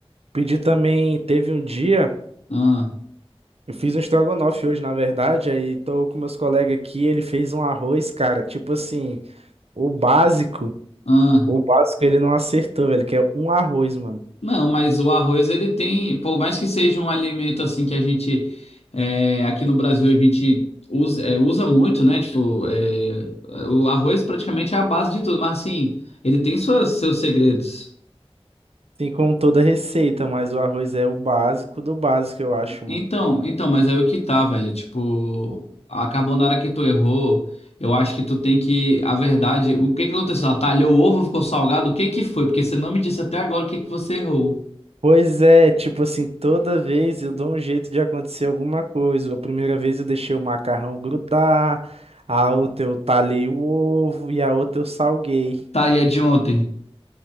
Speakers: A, on the right; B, on the left.
A: Pedi também, teve um dia,
B: Ah,
A: eu fiz um estrogonofe hoje, na verdade, aí tô com meus colegas aqui, ele fez um arroz, cara, tipo assim, o básico,
B: ah.
A: o básico ele não acertou, velho, que é um arroz, mano.
B: Não, mas o arroz ele tem, por mais que seja um alimento assim que a gente é, aqui no Brasil a gente usa, é, usa muito, né? Tipo, é, o arroz praticamente é a base de tudo, mas assim, ele tem suas, seus segredos.
A: Assim como toda receita, mas o arroz é o básico do básico, eu acho, mano.
B: Então, então, mas aí o que tá, velho? Tipo, a carbonara que tu errou, eu acho que tu tem que. A verdade, o que que aconteceu? Ela talhou o ovo, ficou salgado? O que que foi? Porque você não me disse até agora o que que você errou.
A: Pois é, tipo assim, toda vez eu dou um jeito de acontecer alguma coisa. A primeira vez eu deixei o macarrão grudar, a outra eu talhei o ovo e a outra eu salguei.
B: Tá, e a de ontem?